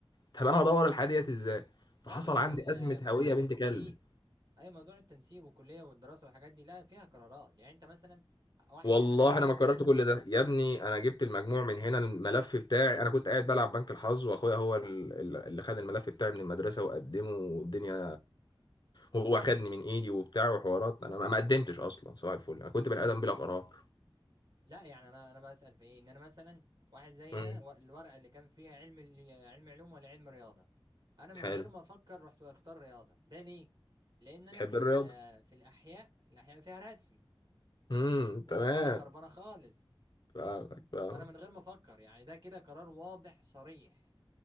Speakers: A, on the left; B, on the right.
A: طب انا هدور الحياه ديت ازاي
B: لا
A: فحصل
B: بس
A: عندي
B: ال-
A: ازمه
B: موضوع
A: هويه
B: التنسيق
A: بنت كلب
B: اي موضوع التنسيب والكليه والدراسه والحاجات دي لا فيها قرارات يعني انت مثلا واحد
A: والله
B: زي حالاتي انا
A: انا
B: مثلا
A: ما قررت كل ده يا ابني انا جبت المجموع من هنا الملف بتاعي انا كنت قاعد بلعب بنك الحظ واخويا هو ال- ال- اللي خد الملف بتاعي من المدرسه وقدمه والدنيا هو خدني من ايدي وبتاع وحوارات انا ما ما قدمتش اصلا صباح الفل انا كنت بني ادم بلا قرار
B: لا يعني انا انا بسال في ايه ان انا مثلا واحد زي
A: امم
B: انا و- الورقه اللي كان فيها علم ال- علم علوم ولا علم رياضه انا من
A: حلو
B: غير ما افكر رحت اختار رياضه ده ليه لان انا
A: تحب
B: في ال-
A: الرياضه
B: في الاحياء الاحياء فيها رسم
A: امم
B: وانا
A: تمام
B: الدنيا خربانه خالص
A: فاهمك فاهمك
B: فانا من غير ما افكر يعني ده كده قرار واضح صريح